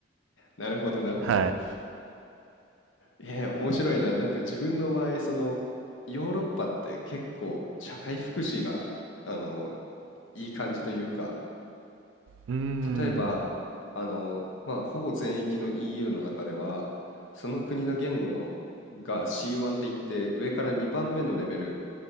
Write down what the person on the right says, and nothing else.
はい。
うーん。